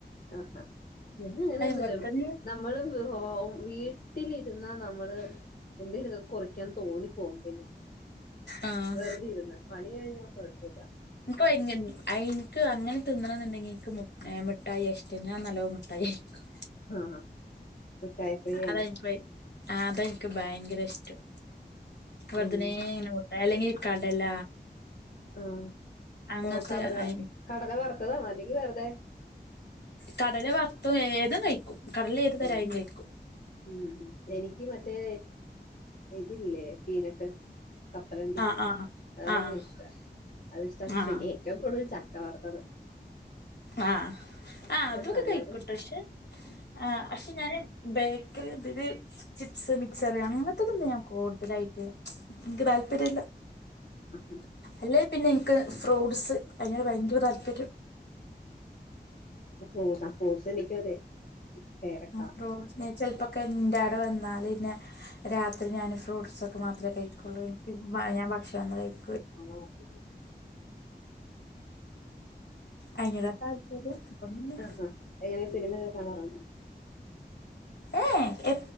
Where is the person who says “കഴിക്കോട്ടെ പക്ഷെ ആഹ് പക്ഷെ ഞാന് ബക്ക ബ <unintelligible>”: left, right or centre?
Left